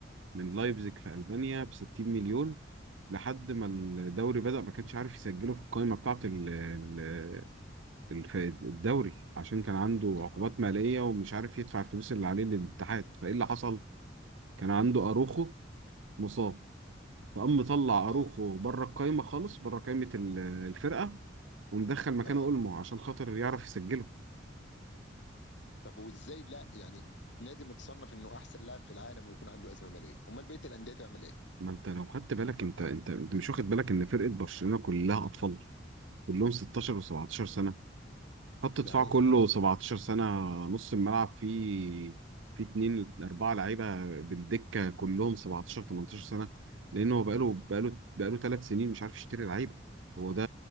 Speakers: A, on the right (about 85°); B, on the left (about 70°).
A: من لايبزيج في ألبانيا ب 60 مليون لحد ما الدوري بدأ ما كانش عارف يسجله في القائمة بتاعة ال- ال- الف- الدوري عشان كان عنده
B: يا
A: عقوبات
B: نهار أبيض
A: مالية ومش عارف يدفع الفلوس اللي عليه للاتحاد فإيه اللي حصل؟ كان عنده أروخو مصاب فقام مطلع
B: اه
A: أروخو بره القائمة خالص بره قائمة ال- الفرقة ومدخل مكانه
B: اه
A: أولمو عشان خاطر يعرف يسجله
B: طب وازاي لا يعني نادي متصنف انه احسن لاعب في العالم ويكون عنده ازمه ماليه امال بقيه الانديه تعمل ايه
A: ما انت لو خدت بالك انت انت انت مش واخد بالك ان فرقة برشلونة كلها أطفال كلهم 16 و17 سنة خط
B: ده
A: دفاع
B: حقيقه
A: كله
B: فاهم
A: 17 سنة نص الملعب فيه في اتنين أربعة لعيبة بالدكة كلهم 17 18 سنة لأن هو بقاله بقاله بقاله ثلاث سنين مش عارف يشتري لعيبة هو ده